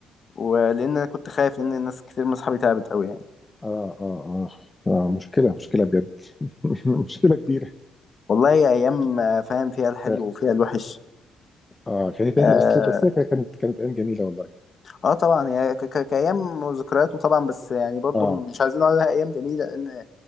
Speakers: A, on the left (about 45°); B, on the left (about 20°).
A: ولأن أنا كنت خايف لأن الناس كتير من أصحابي تعبت أوي يعني
B: اه اه اه آه، مشكلة مشكلة بجد <laughs> مشكلة كبيرة
A: والله هي أيام آه، فاهم فيها الحلو
B: ك-
A: وفيها الوحش
B: اه كانت باهي
A: آه,
B: بس بس هي كانت كانت ايام جميلة والله
A: آه طبعا هي ك- ك- كأيام وذكريات وطبعا بس يعني برضو
B: اه
A: مش عايزين نقول عليها أيام جميلة لأن